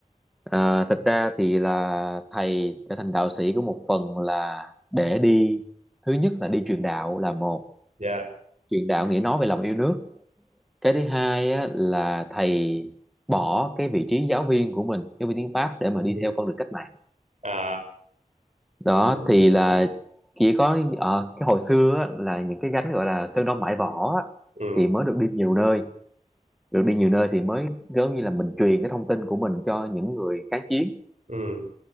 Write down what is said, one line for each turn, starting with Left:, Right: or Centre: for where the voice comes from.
Centre: À, thật ra thì là thầy trở thành đạo sĩ của một phần là để đi thứ nhất là đi truyền đạo là một
Right: dạ
Centre: truyền đạo nghĩa nói về lòng yêu nước cái thứ hai á, là thầy bỏ cái vị trí giáo viên của mình giáo viên tiếng Pháp để mà đi
Right: ừ.
Centre: theo con đường cách mạng
Right: à
Centre: đó
Right: ừ.
Centre: thì là chỉ có ở cái hồi xưa á, là những cái gánh gọi là sơn đông mãi võ á,
Right: ừ
Centre: thì mới được đi nhiều nơi được đi nhiều nơi thì mới giống như là mình truyền cái thông tin của mình cho những người kháng chiến
Right: ừ